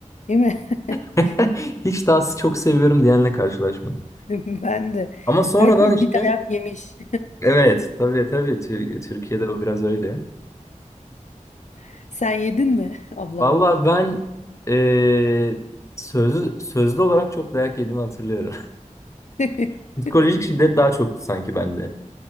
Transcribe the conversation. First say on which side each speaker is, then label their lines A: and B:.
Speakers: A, on the left; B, on the left.
A: Değil mi? <laughs>
B: <laughs> Hiç daha çok seviyorum diyenle karşılaşmadım.
A: <laughs> Ben de.
B: Ama sonradan
A: Herkes
B: işte
A: bir dayak yemiş.
B: evet tabii tabii Tür- Türkiye'de o biraz öyle.
A: <laughs> Sen yedin mi ablandan?
B: Valla ben eee sözlü, sözlü olarak çok dayak yediğimi hatırlıyorum.
A: <laughs>
B: <laughs> Psikolojik şiddet daha çoktu sanki bende.